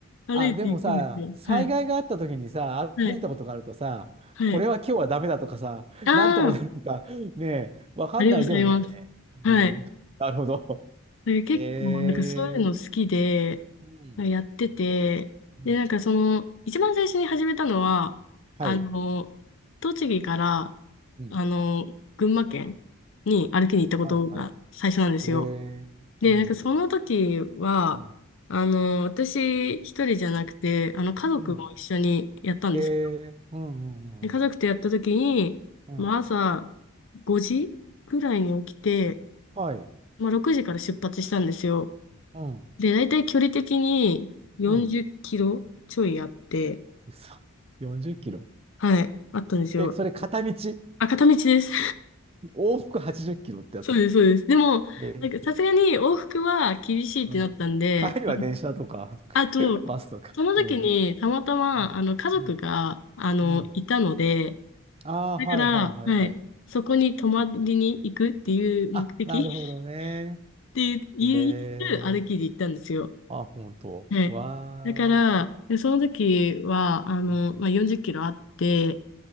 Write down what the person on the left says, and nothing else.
歩いていくんですよ。
はい、はい、
はい。
ああ、
ありがとうございます。はい。
なんか結構、
なんかそういうの好きで、
なんかやってて、
で、なんかその、一番最初に始めたのは、
あの、栃木から、
あの、群馬県に歩きに行ったことが最初なんですよ。
で、
なんかその時は、
あの、私一人じゃなくて、あの、家族も一緒にやったんです。
で、家族とやった時に、
まあ朝
5時ぐらいに起きて、
まあ6時から出発したんですよ。
で、大体距離的に40キロちょいあって、
はい、あったんですよ。
あ、片道です。
<laughs> そうです、そうです。でも、
なんかさすがに往復は厳しいってなったんで、
あ
あと、
その時にたまたま、
あの、家族が、
あの、
いたので、
だから、
はい、そこに泊まりに行くっていう目的
<laughs> っていう、言いつつ歩きで行ったんですよ。
はい。
だから、でその時は、あの、
まあ、40キロあって、